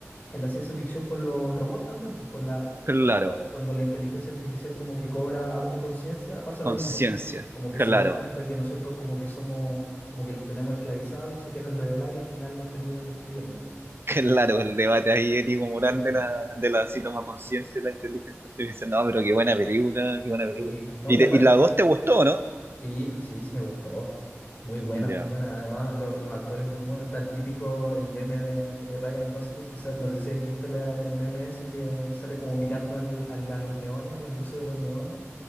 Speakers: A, on the left (about 40°); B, on the right (about 50°).
A: en la ciencia ficción con los robots también, pues con la,
B: claro.
A: cuando, lo- cuando la inteligencia artificial como que cobra autoconciencia, pasa
B: Conciencia,
A: lo mismo, pues. Como que
B: claro,
A: se dan cuenta que nosotros como que somos, como que los tenemos esclavizados y se quieren rebelar y al final nos terminan destruyendo.
B: claro. El debate ahí ético-moral
A: Sí,
B: de la, de la si toma conciencia de la inteligencia artificial. No, pero qué buena película, qué buena película.
A: sí, no,
B: ¿Y,
A: y
B: te-
A: aparte
B: y la dos te gustó, no?
A: Sí, pues sí, sí me gustó. Muy buena,
B: Ya.
A: muy buena. Además, lo- los actores muy buenos. Está el típico, el meme de, de Ryan Gosling, que sal- no sé si habéis visto la- el meme ese que sale como mirando al- al- a los neones, las luces de los neones,